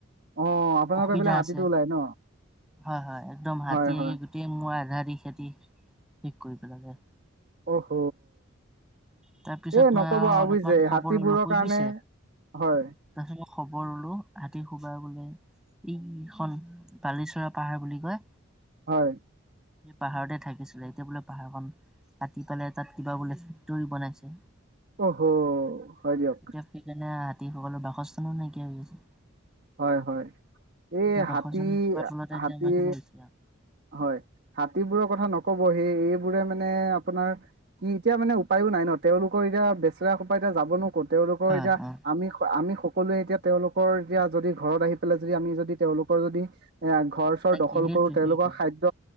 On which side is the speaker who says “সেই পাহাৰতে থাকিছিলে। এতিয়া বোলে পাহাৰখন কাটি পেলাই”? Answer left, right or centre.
Centre